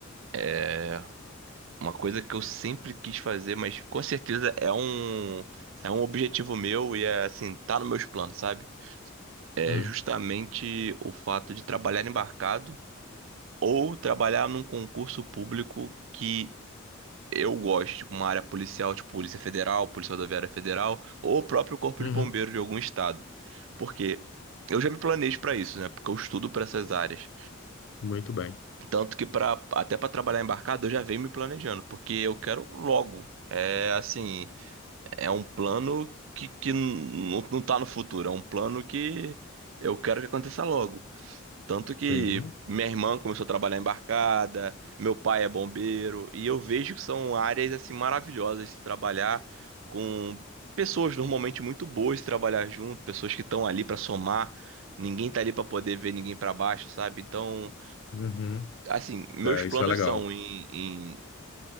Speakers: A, on the right (about 65°); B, on the left (about 60°).
A: é uma coisa que eu sempre quis fazer, mas com certeza é um é um objetivo meu e é assim, tá nos meus planos, sabe? É
B: Hum,
A: justamente o fato de trabalhar embarcado ou trabalhar num concurso público que eu gosto, tipo uma área policial, tipo Polícia Federal, Polícia Rodoviária Federal ou o próprio Corpo
B: uhum,
A: de Bombeiros de algum estado. Porque eu já me planejo pra isso, né? Porque eu estudo pra essas áreas.
B: muito bem.
A: Tanto que para até para trabalhar embarcado eu já venho me planejando, porque eu quero logo. É assim, é um plano que, que não, não tá no futuro, é um plano que eu quero que aconteça logo. Tanto que
B: Sim.
A: minha irmã começou a trabalhar embarcada, meu pai é bombeiro, e eu vejo que são áreas assim maravilhosas de se trabalhar com pessoas normalmente muito boas de trabalhar junto, pessoas que estão ali para somar, ninguém tá ali para poder ver ninguém para baixo, sabe? Então,
B: Uhum.
A: assim, meus
B: É,
A: planos
B: isso é legal.
A: são em, em,